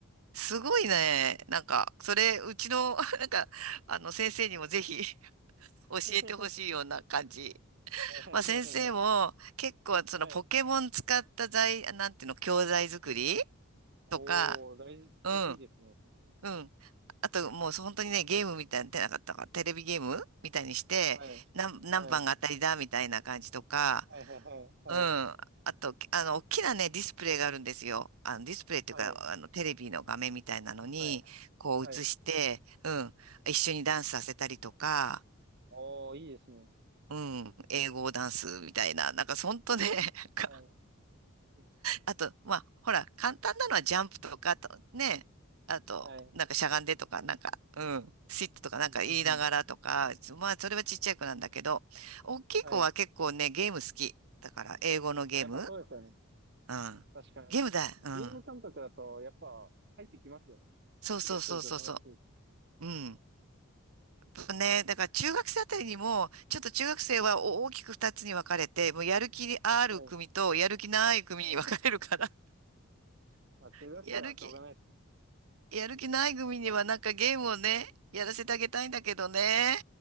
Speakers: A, on the right; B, on the right.
A: すごいね。なんか、それ、うちの、<laughs> なんか、あの、先生にもぜひ <laughs> 教えてほしいような感じ。
B: <laughs> はい
A: まあ、先生も結構、そのポケモン使った材、
B: はい。
A: なんていうの、教材作り
B: おー、
A: とか、
B: 大事、そう、
A: うん。
B: いいですね、すごく。
A: うん。あと、もう本当にね、ゲームみたいな、出なかったから、テレビゲームみたいにして、
B: はい。
A: 何、何番が当たりだみたいな感じとか、
B: はい。はい、はい、はい、
A: うん。あと、
B: はい、
A: あの、大きなね、ディスプレイがあるんですよ。あの、ディスプレイっていうか、
B: はい、
A: あの、テレビの画面みたいなのに、
B: はい。
A: こう映して、
B: はい
A: うん。一緒にダンスさせたりとか、
B: おー、いいですね。
A: うん。英語ダンスみたいな、なんか、ほんとね、<laughs>
B: はい。
A: あと、まあ、ほら、簡単なのはジャンプとか、あとね、あと、
B: はい。
A: なんかしゃがんでとか、なんか、うん、シットとかなんか言いながらとか、
B: うんうんうん
A: まあ、それはちっちゃい子なんだけど、大きい子は結構ね、
B: はい。
A: ゲーム好き。だから、英語のゲーム
B: あ、やっぱそうですよね。
A: うん。
B: 確かに。
A: ゲームだ。うん。
B: ゲーム感覚だと、やっぱ入ってきますよね。
A: そうそうそうそうそ
B: クリアすると楽しい。
A: う。うん。やっぱね、だから中学生あたりにも、ちょっと中学生は大きく二つに分かれて、もうやる気ある組とやる気ない組に分かれるから、
B: はい。はい。まあ、中学生はしょうがないですよ
A: <laughs> やる気、やる気ない組にはなんかゲームをね、
B: やっぱ。
A: やらせてあげたいんだけどね。